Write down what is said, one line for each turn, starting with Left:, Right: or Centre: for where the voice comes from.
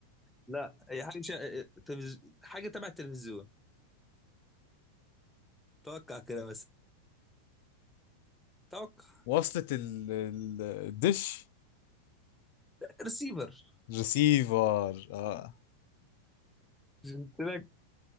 Centre: لا هي حاجه شا... تلفز... حاجه تبع التلفزيون توقع كده بس توقع
Left: وصلت ال- ال- الدش
Centre: ريسيفر
Left: ريسيفر اه
Centre: قلت لك